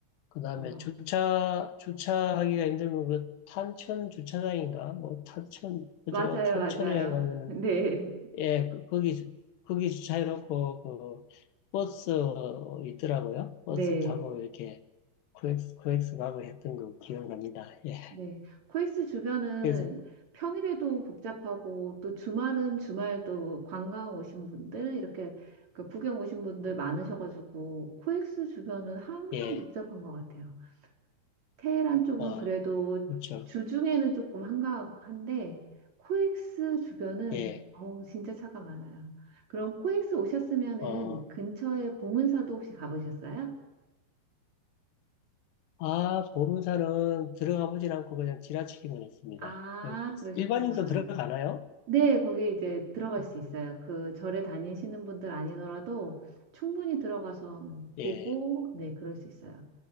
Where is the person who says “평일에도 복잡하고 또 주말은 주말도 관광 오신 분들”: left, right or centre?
Right